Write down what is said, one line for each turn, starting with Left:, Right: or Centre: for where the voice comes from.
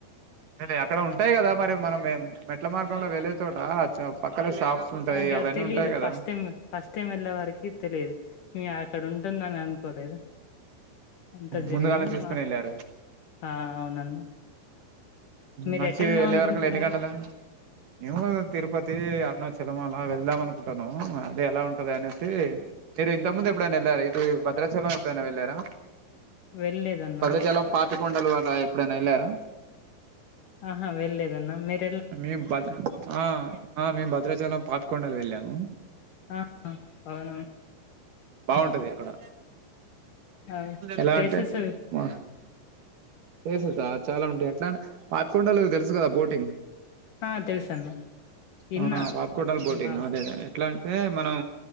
Right: ఏలే అక్కడ ఉంటయి కదా మరి మనం మేం మెట్ల మార్గంలో వెళ్ళే చోటా పక్కల షాప్స్. ఉంటాయి
Left: అగా
Right: అవన్నీ
Left: తెలీదు
Right: ఉంటాయి కదా
Left: ఫస్ట్ టైమ్ గా. ఫస్ట్ టైం వెళ్ళే వారికి తెలియదు. మీ అక్కడ ఉంటుందని అనుకోలేదు. అంతా తిరిగాం
Right: ముందుగాల తీసుకుని
Left: ఆ
Right: వెళ్ళారు
Left: అవునన్నా. మీరు
Right: నడిచి
Left: ఎటు వెళ్దాం
Right: వెళ్ళే
Left: అనుకుంటున్నారు
Right: వరకల్లా ఎన్ని గంటలు అయి మేము తిరుపతి, అరుణాచలం అలా వెళ్దాం అనుకుంటున్నాము. అది ఎలా ఉంటది అనేసి మీరు ఇంతక ముందు ఎప్పుడైనా ఎళ్ళారా, ఇటు భద్రాచలం ఎప్పుడైనా వెళ్ళారా.
Left: వెళ్ళలేదన్నా
Right: భద్రాచలం, పాపికొండలు అలా ఎప్పుడైనా ఎళ్ళారా.
Left: ఆహా వెళ్ళేలేదన్నా మీర్
Right: మేం భద్ర ఆ ఆ మేము భద్రాచలం పాపికొండలు వెళ్ళాము.
Left: ఆ అవునవును.
Right: బావుంటది అక్కడ
Left: ఆ,
Right: ఎలా
Left: ప్లేసెస్
Right: అంటే మా ప్లేస్ సా చాలా ఉంటయి ఎట్లా అంటే పాపికొండలు తెలుసు కదా బోటింగ్.
Left: ఆ తెలుసు అన్న ఇన్నా
Right: ఆ పాపికోండలు బోటింగ్
Left: మా
Right: అదే అదే ఎట్లా అంటే మనం